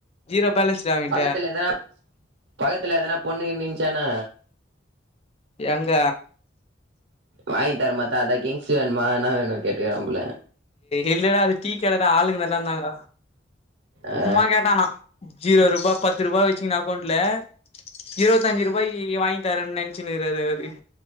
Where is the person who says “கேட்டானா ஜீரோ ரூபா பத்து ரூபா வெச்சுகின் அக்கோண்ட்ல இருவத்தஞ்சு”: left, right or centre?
Left